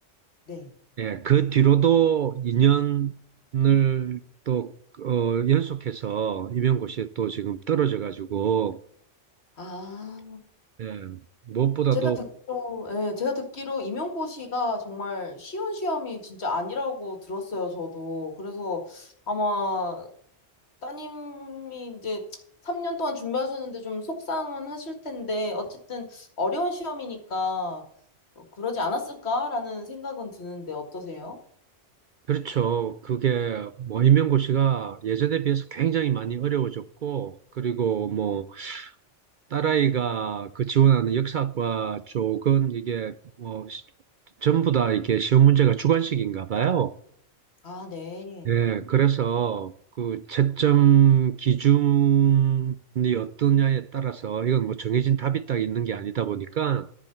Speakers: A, on the left; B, on the right.
A: 네.
B: 예, 그 뒤로도 2년을 또, 어, 연속해서 임용고시에 또 지금 떨어져가지고,
A: 아,
B: 예, 무엇보다도
A: 제가 듣기로, 예, 제가 듣기로 임용고시가 정말 쉬운 시험이 진짜 아니라고 들었어요, 저도. 그래서 아마 따님이 이제 3년 동안 준비하셨는데 좀 속상은 하실 텐데, 어쨌든 어려운 시험이니까 어, 그러지 않았을까라는 생각은 드는데 어떠세요?
B: 그렇죠. 그게 뭐 임명고 시가 예전에 비해서 굉장히 많이 어려워졌고, 그리고 뭐 딸아이가 그 지원하는 역사학과 쪽은 이게 뭐 시- 전부 다 이게 시험 문제가 주관식인가 봐요.
A: 아, 네.
B: 예, 그래서 그 채점 기준이 어떠냐에 따라서 이건 뭐 정해진 답이 딱 있는 게 아니다 보니까